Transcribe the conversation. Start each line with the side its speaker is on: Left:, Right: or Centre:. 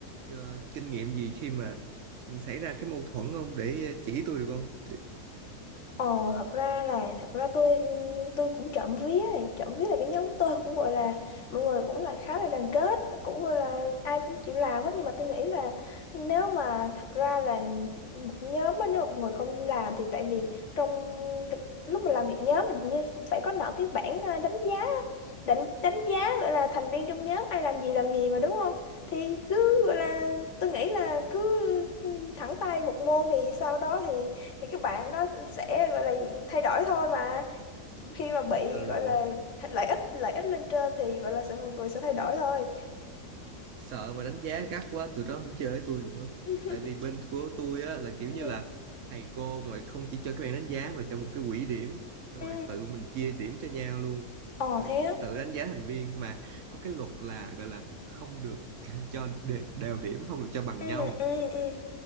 Right: ờ, kinh nghiệm gì khi mà xảy ra cái mâu thuẫn không để ờ, chỉ tôi được không? Để-
Left: Ờ, thật ra là thật ra tôi ừ, tôi cũng trộm vía ấy. Trộm vía là cái nhóm của tôi cũng gọi là mọi người cũng là khá là đoàn kết cũng gọi là ai cũng chịu làm hết nhưng mà tôi nghĩ là nếu mà thật ra là một nhóm á, nếu một người không làm thì tại vì trong lúc mà làm việc nhóm mình như phải có nợ cái bảng ờ, đánh giá đánh đánh giá gọi là thành viên trong nhóm ai làm gì làm gì mà đúng không thì cứ gọi là tôi nghĩ là cứ ừ, thẳng tay một môn thì sau đó thì thì các bạn đó sẽ gọi là thay đổi thôi mà khi mà bị
Right: Ờ,
Left: gọi là lợi ích lợi ích lên trên thì gọi là sẽ mọi người sẽ thay đổi thôi
Right: sợ mà đánh giá gắt quá tụi đó không chơi với tôi nữa.
Left: <laughs>
Right: Tại vì bên của tôi á là kiểu như
Left: ừ
Right: là thầy cô mà không chỉ cho các bạn đánh giá mà cho một cái quỹ điểm xong
Left: ừ
Right: rồi tự mình chia điểm cho nhau luôn.
Left: ờ
Right: Ờ,
Left: thế á
Right: tự đánh giá thành viên mà có cái luật là gọi là không được <laughs> cho đe- đều điểm, không được cho bằng
Left: ừ
Right: nhau.
Left: ừ ừ